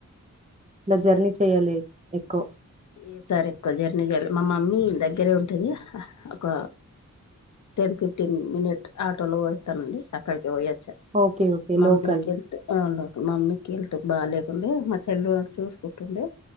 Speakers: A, on the right (about 25°); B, on the left (about 65°).
A: ఇలా జర్నీ చెయాలే ఎక్కువ
B: ఈసారి ఎక్కువ జర్నీ చేయలే మా మమ్మీ దగ్గరే ఉంటుంది ఒక టెన్ ఫిఫ్టీన్ మినిట్ ఆటోలో పోస్తానండి అక్కడికి పోయొచ్చా
A: ఓకే ఓకే
B: మమ్మీ
A: లోకల్
B: కి హెల్త్ బాగుండదు మమ్మీ కి హెల్త్ బాలేకుండే మా చెల్లె వాళ్ళు చూసుకుంటుండే